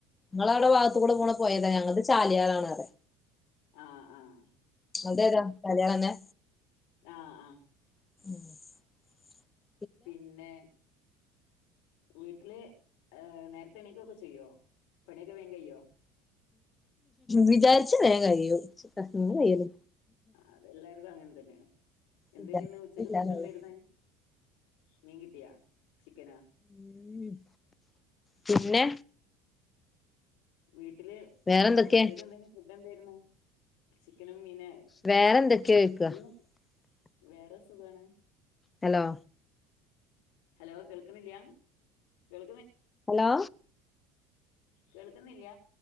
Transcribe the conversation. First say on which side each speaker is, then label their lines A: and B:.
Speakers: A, on the left (about 20°); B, on the left (about 75°).
A: നിങ്ങളെ അവിടെ ഭാഗത്തു കൂടെ പോണ പൊയെതാ ഞങ്ങക്ക് ചാലിയാറാണ-
B: ആഹ് ആഹ്
A: അതെതാ കല്യാണംന്നെ
B: ആ ആ
A: <inaudible>
B: പിന്നെ വീട്ടില് ഏഹ് നേരത്തെ എണിക്കൊക്കെ ചെയ്യോ പണിയൊക്കെ വേഗം കഴിയോ
A: വിചാരിച്ചാൽ വേഗം കഴിയും അങ്ങനെ കഴിയല്
B: അതെല്ലാരുകുടെ അങ്ങ തന്നെയാണ് എന്തേന്
A: വിചാരിച്ചാലില്ലാന്നൊള്ളു.
B: ഇന്ന് ഉച്ചക്ക് ഫുഡ് എന്തായിരുന്നു മീൻ കിട്ടിയോ ചിക്കനാ
A: ഉം പിന്നെ
B: വീ വീട്ടില്
A: വേറെന്തൊക്കെ
B: ഉച്ചക്ക് എന്തെ ഫുഡ് എന്തായിരുന്നു ചിക്കനും മീന്
A: വേറെ എന്തൊക്കെയാ <unintelligible>
B: മീന വേറെ സുഖാണ്
A: ഹലോ
B: ഹലോ കേൾക്കണില്യ കേൾ
A: ഹലോ
B: കേൾക്കുന്നില്ല